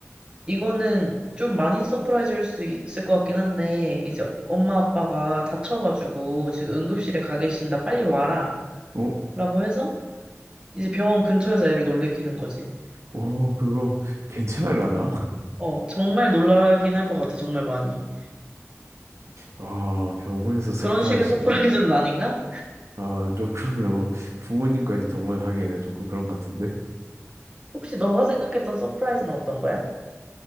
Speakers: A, on the right (about 15°); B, on the right (about 70°).
A: 이거는 좀 많이 서프라이즈일 수 있을 것 같긴 한데 이제 엄마 아빠가 다쳐가지고 지금 응급실에 가 계신다 빨리 와라
B: 어,
A: 라고 해서 이제 병원 근처에서 애를 놀래키는 거지.
B: 어, 그거 <laughs> 괜찮을라나? <laughs>
A: 어 정말 놀라긴 할 것 같아 정말 많이.
B: 아, 병원에서 서프라이즈.
A: 그런 식의 서프라이즈는 아닌가?
B: 아, 조금 <laughs> 너무 부모님까지 동원하기에는 조금 그런 것 같은데?
A: 혹시 너가 생각했던 서프라이즈는 어떤 거야?